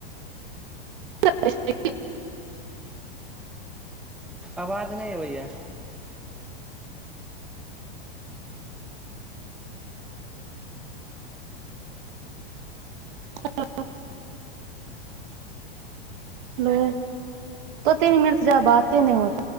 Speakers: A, on the right; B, in the centre.
A: । <unintelligible>
B: अवाद नहि अबैया।
A: हेलो <unintelligible> हेलो दू तीन मिनट जा बाते नहि होत।